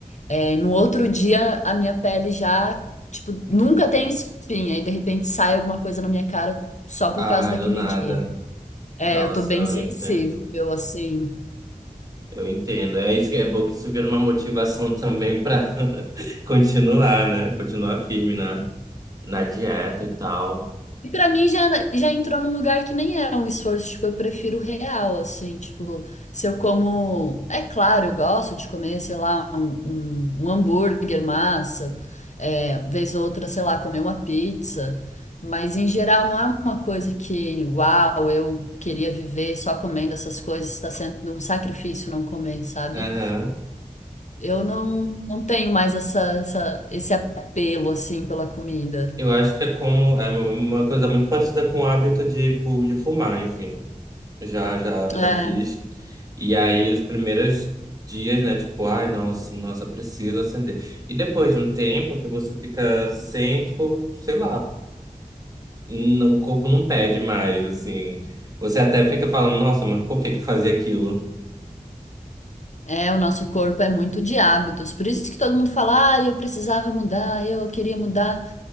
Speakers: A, on the left; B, on the right.
A: É, no outro dia, a minha pele já, tipo, nunca tenho espinha e de repente sai alguma coisa na minha cara só por
B: Ah,
A: causa daquele
B: do nada.
A: dia. É,
B: Nossa,
A: eu tô bem sensível,
B: eu entendo.
A: assim.
B: Eu entendo. É isso que é bom que isso vira uma motivação também pra <laughs> continuar, né? Continuar firme na, na dieta e tal.
A: E pra mim já, já entrou num lugar que nem era um esforço, tipo, eu prefiro real, assim, tipo, se eu como. É claro, eu gosto de comer, sei lá, um, um, um hambúrguer, massa, é, vez ou outra, sei lá, comer uma pizza, mas em geral não é uma coisa que, uau, eu queria viver só comendo essas coisas, está sendo um sacrifício não comer, sabe?
B: Aham.
A: Eu não, não tenho mais essa, essa, esse apelo, assim, pela comida.
B: Eu acho que é como é uma coisa muito parecida com o hábito de, pu- de fumar, enfim. Já, já,
A: É,
B: já fiz. E aí os primeiros dias, né? Tipo, ai, nossa, nossa, preciso acender. E depois de um tempo que você fica sem, tipo, sei lá. Não, o corpo não pede mais, assim. Você até fica falando, nossa, mas por que que fazia aquilo?
A: É, o nosso corpo é muito de hábitos. Por isso que todo mundo fala, ah, eu precisava mudar, eu queria mudar.